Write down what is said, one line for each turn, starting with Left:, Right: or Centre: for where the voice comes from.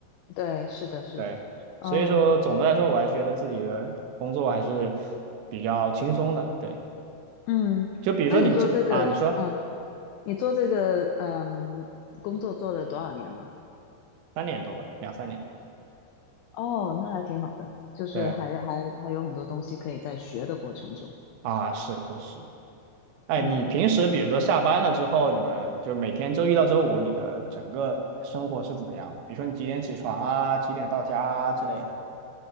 Left: 对，是的，是的。
Right: 对，
Left: 哦，
Right: 所以说总的来说，我还是觉得自己的工作还是比较轻松的。对，
Left: 嗯，
Right: 就比如说你这啊，
Left: 那你做这个，
Right: 你说
Left: 啊？你做这个嗯工作做了多少年了？
Right: 三年多吧，两三年。
Left: 哦，那还挺好的，就是还还还有很多东西可以在学的过程中。
Right: 对啊，是是是。哎，
Left: 嗯，
Right: 你平时比如说下班了之后，你们就每天周一到周五，你的整个生活是怎么样的？比如说你几点起床啊，几点到家啊之类的